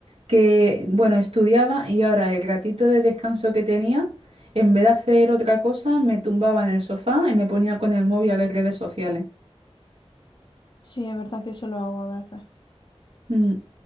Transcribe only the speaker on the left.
Sí, es verdad que eso lo hago a veces.